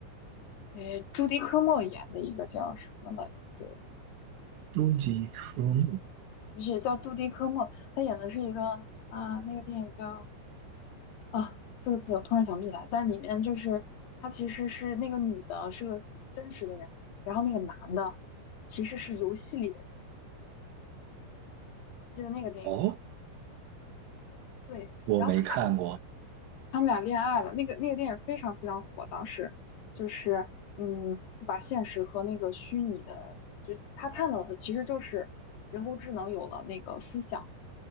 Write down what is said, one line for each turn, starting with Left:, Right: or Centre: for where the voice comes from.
Left: 哎朱迪科莫演的一个叫什么来着，
Right: 终极科目
Left: 不是叫朱迪科莫，他演的是一个啊、那个电影叫啊四个字，我突然想不起来，但是里面就是他其实是那个女的是个真实的人，然后那个男的其实是游戏里的人，你记得那个电影吗
Right: 哦，
Left: 对，
Right: 我没看过
Left: 然后他们俩。他们俩恋爱了。那个那个电影非常非常火，当时就是嗯，把现实和那个虚拟的，就他探讨的其实就是人工智能有了那个思想，